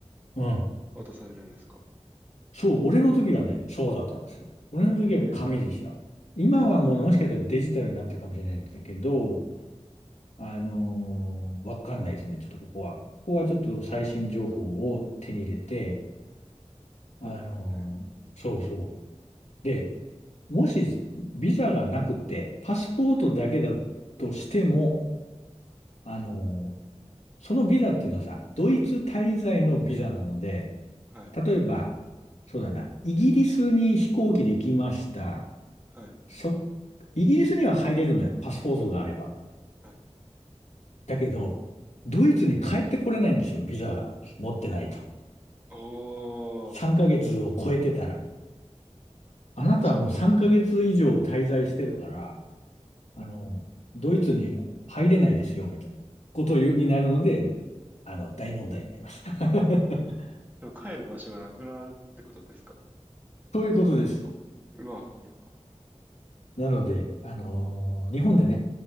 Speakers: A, on the left (about 80°); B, on the right (about 15°).
A: うん。
B: 渡されるんですか
A: そう、俺の時はね、そうだったんですよ。俺の時は紙でした。
B: へえ、
A: 今はもうねもしかしたらデジタルになってるかもしれないんだけど、あのーわかんないですね。ちょっとここは。ここはちょっと最新情報を手に入れて、あのーそうそう。
B: そうですね。
A: で、もしビザがなくて、パスポートだけだとしても、あのーそのビザっていうのはさ、ドイツ滞在のビザなので、
B: はい。
A: 例えば、そうだな、イギリスに飛行機で行きました。
B: はい。
A: そ、イギリスには入れるのよ、パスポートがあれば。
B: はい。
A: だけど、ドイツに帰ってこれないんですよ、ビザが持ってないと。
B: ああ、
A: 3ヶ月を超えてたら。あなたはもう3ヶ月以上滞在してるから、
B: じゃあもう、
A: あの、ドイツに入れないですよ、みたいなことになるので、あの、大問題になります。<laughs>
B: じゃあ帰る場所がなくなるってことですか
A: ということです。
B: うわ、やば。
A: なので、あのー日本でね、